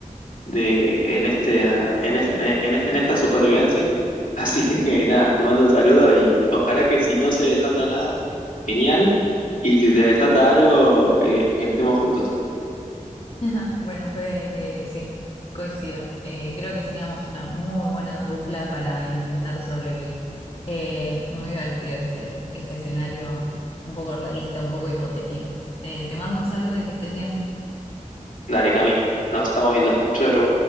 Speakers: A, on the left; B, on the left.
A: de, en este, ah, en este- en este- en esta supervivencia. Así que <laughs> nada, te mando un saludo y ojalá que si no se desata nada, genial. Y si se desata algo, eh, estemos juntos.
B: <laughs> Bueno, pues eh, sí, coincido. Eh, creo que seríamos una muy buena dupla para intentar sobrevivir. Eh, muy divertido este, este escenario, un poco realista, un poco hipotético. Te, te mando un saludo y que estés bien.
A: Dale, Cami. Nos estamos viendo. Chau, chau.